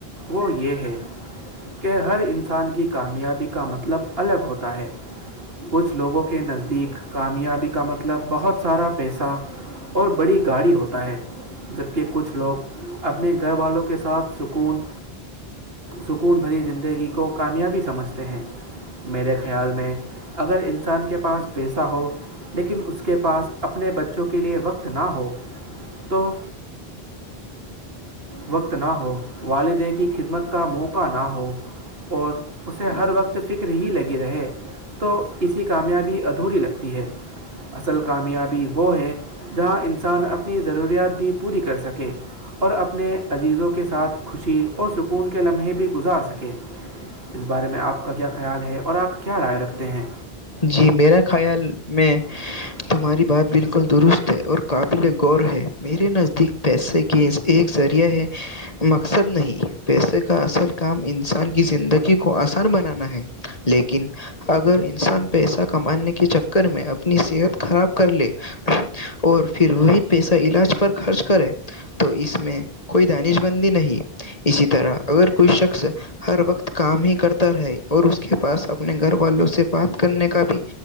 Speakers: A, on the right (about 65°); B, on the left (about 35°).
A: وہ یہ ہے کہ ہر انسان کی کامیابی کا مطلب الگ ہوتا ہے کچھ لوگوں کے نزدیک کامیابی کا مطلب مطلب بہت سارا پیسہ اور بڑی گاڑی ہوتا ہے جبکہ کچھ لوگ اپنے گھر والوں کے ساتھ سکون سکون بھری زندگی کو کامیابی سمجھتے ہیں میرے خیال میں اگر انسان کے پاس پیسہ ہو لیکن اس کے پاس اپنے بچوں کے لیے وقت نہ ہو تو وقت نہ ہو والدین کی خدمت کا موقع نہ ہو اور اسے ہر وقت توفکر ہی لگی رہے تو اسی کامیابی ادھوری لگتی ہے اصل کامیابی وہ ہے جہاں انسان اپنی ضروریات بھی پوری کر سکے اور اپنے عزیزوں کے ساتھ خوشی اور سکون کے لمحے بھی گزار سکے اس بارے میں آپ کا کیا خیال ہے اور آپ کیا رائے رکھتے ہیں
B: جی میرا خیال میں
A: <inaudible>
B: تمہاری بات بالکل درست ہے اور قابل غور ہے میرے نزدیک پیسے کیز ایک ذریعہ ہے مقصد نہیں پیسے کا اصل کام انسان کی زندگی کو آسان بنانا ہے لیکن اگر ان انسان پیسہ کمانے کے چکر میں اپنی صحت خراب کر لے اور پھر وہی پیسہ علاج پر خرچ کرے تو اس میں کوئی دانش بندی نہیں اسی طرح اگر کوئی شخص ہر وقت کام ہی کرتا رہے اور اس کے پاس اپنے گھر والوں سے بات کرنے کا بھی